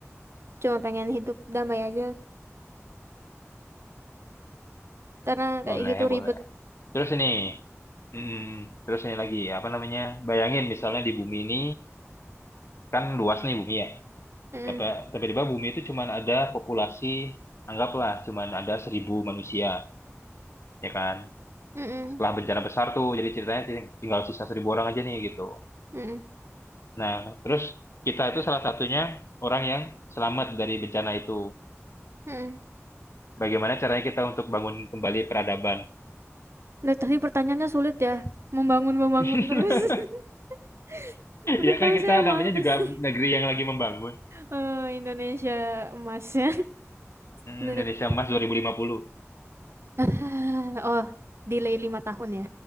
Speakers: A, on the right; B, on the left.
A: cuma pengen hidup damai aja karena kayak
B: boleh
A: gitu ribet
B: boleh terus ini hmm, terus ini lagi apa namanya bayangin misalnya di bumi ini kan luas nih bumi ya
A: mm
B: tapi tiba-tiba bumi itu cuman ada populasi anggaplah cuman ada seribu manusia ya kan
A: mm-mm,
B: setelah bencana besar tuh jadi ceritanya ting- tinggal sisa seribu orang aja nih gitu
A: mm-mm,
B: nah terus kita itu salah satunya orang yang selamat dari bencana itu
A: mm-mm.
B: Bagaimana caranya kita untuk bangun kembali peradaban?
A: Nah, tadi pertanyaannya sulit ya. Membangun-membangun
B: <laughs>
A: terus. <laughs> Udah
B: Ya
A: tahu
B: kan kita
A: saya
B: namanya
A: malas.
B: juga
A: <laughs>
B: negeri yang lagi membangun.
A: Eh, Indonesia emasnya
B: Mm,
A: 2045.
B: Indonesia Emas 2050.
A: <laughs> Oh, delay lima tahun ya.